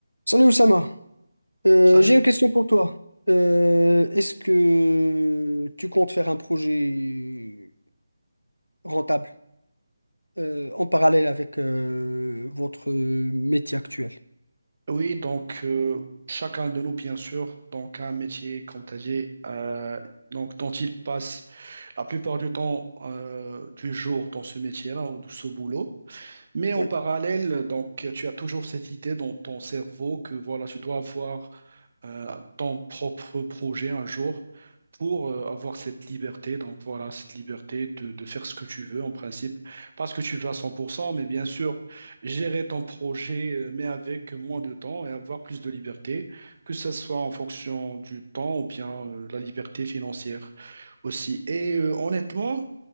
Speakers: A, on the left; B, on the right.
A: Salut Oussama, Euh,
B: Salut.
A: j'ai une question pour toi. Euh, est-ce que tu comptes faire un projet rentable euh, en parallèle avec euh, votre métier actuel?
B: Oui, donc euh, chacun de nous, bien sûr, donc a un métier, comme tu as dit, euh, donc, dont il passe la plupart du temps euh, du jour dans ce métier-là, ou de ce boulot. Mais
A: Oui.
B: en parallèle, donc, tu as toujours cette idée dans ton cerveau que voilà, tu dois avoir euh, ton propre projet un jour pour euh, avoir cette liberté. Donc voilà, cette liberté de, de faire ce que tu veux en principe, pas ce que tu veux à 100%, mais bien sûr, gérer ton projet, euh, mais avec moins de temps et avoir plus de liberté, que ce soit en fonction du temps ou bien euh, la liberté financière aussi. Et euh, honnêtement,